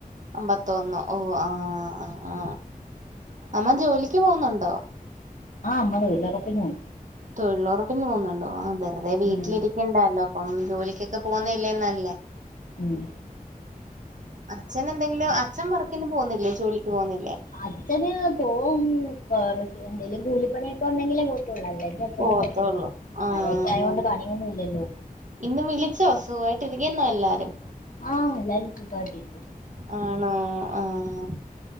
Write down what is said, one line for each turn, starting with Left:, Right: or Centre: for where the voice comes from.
Right: അമ്പത്തൊന്ന്ഓആആആആ അമ്മജോലിക്ക്പോവുന്നുണ്ടോ
Left: ആഹ് അമ്മതൊഴിലൊറപ്പിനോവും
Right: തൊഴിലൊറപ്പിന്പോവുന്നുണ്ടോ. ആഹ് വെറുതെ വീട്ടിലിരിക്കണ്ടാലോ
Left: ഉം
Right: അപ്പംജോലിക്കൊക്കെ പോവുന്നയല്ലേ നല്ലെ
Left: ഉം.
Right: അച്ഛനെന്തെങ്കിലുംഅച്ഛൻ വർക്കിന് പോവുന്നില്ലേജോലിക്ക് പോവുന്നില്ലേ
Left: അച്ഛന്പോവും, കൊറഎന്തേലും കൂലിപ്പണിയൊക്കെഉണ്ടെങ്കിലേ പോവ തൊള്ളൂ, അല്ലെങ്കിഅച്ഛനും
Right: പോവത്തൊള്ളൂ
Left: പോത്തില്ല
Right: ആഹ്
Left: മഴയൊക്കായതോണ്ട്
Right: ആഹ്
Left: പണിയൊന്നുല്ലല്ലോ
Right: ഇന്ന് വിളിച്ചോ, സുഖവായിട്ടിരിക്കുന്നോഎല്ലാരും.
Left: ആഹ്എല്ലാരുംസുഖവായിട്ടിരിക്കുന്നു
Right: ആണോ ആഹ്